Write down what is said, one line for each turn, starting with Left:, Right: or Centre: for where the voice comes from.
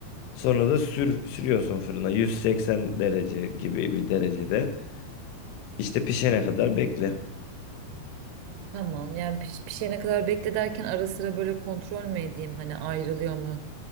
Left: Sonra da sür, sürüyorsun fırına 180 derece gibi bir derecede. İşte pişene kadar bekle.
Right: Tamam yani piş, pişene kadar bekle derken ara sıra böyle kontrol mü edeyim hani ayrılıyor mu